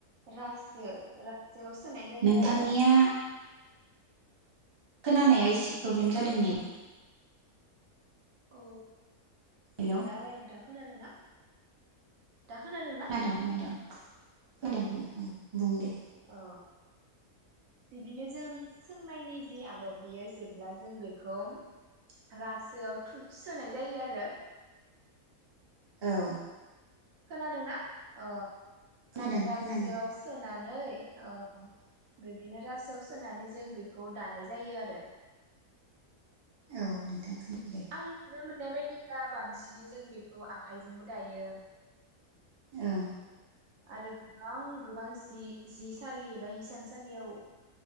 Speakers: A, on the right; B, on the right.
A: रासो-रासोआव सोनाय जायो
B: नोंथांनिया
A: आरो
B: खोनानाया एसे प्रब्लेम जादों नेट
A: अ
B: हेलौ
A: दालाय नोंथां खोनादोंना? दा खोनादोंना
B: खोनादों खोनादों खोनादों उम उम बुंदे
A: औ बिदिनो जों सोंनायनि जि आदब बेयो जेब्ला जों बेखौ रासोआव थुब सोनाय जायो आरो
B: औ
A: खोनादोंना? अ
B: खोनादों
A: रासोआव
B: खोनादों
A: सोनानै अ औ बिदिनो रासोआव सोनानै जों बेखौ दानाय जायो आरो
B: औ नोंथां खोनादों दे
A: आं <unintelligible> बे बायदिब्ला बांसिनै जों बेखौ आखाइजोंबो दायो।
B: ओम।
A: आरो गोबां गोबां जि-जिसालि बा हिसानसालियाव